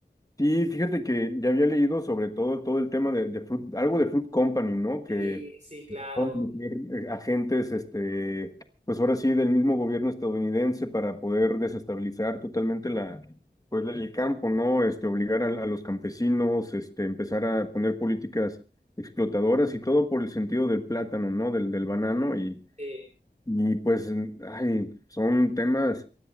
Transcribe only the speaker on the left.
Sí, fíjate que ya había leído sobre todo todo el tema de, de Fruit- algo de Fruit Company, ¿no? Que
Por meter, eh, agentes, este, pues ahora sí, del mismo gobierno estadounidense para poder desestabilizar totalmente la, pues, el campo, ¿no? Este, obligar a, a los campesinos, este, empezar a poner políticas explotadoras y todo por el sentido del plátano, ¿no? Del, del banano y,
y pues, ay, son temas